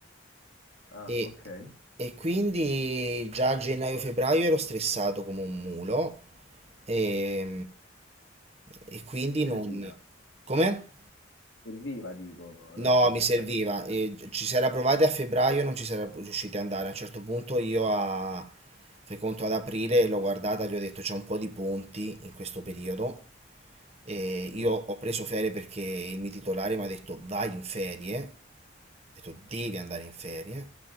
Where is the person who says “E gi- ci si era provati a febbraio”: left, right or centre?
Right